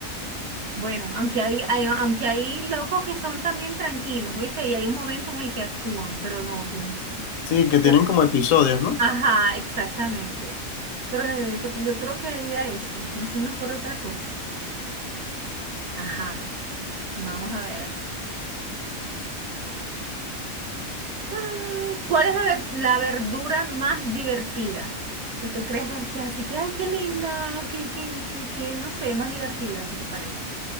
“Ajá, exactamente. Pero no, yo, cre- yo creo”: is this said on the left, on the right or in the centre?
Right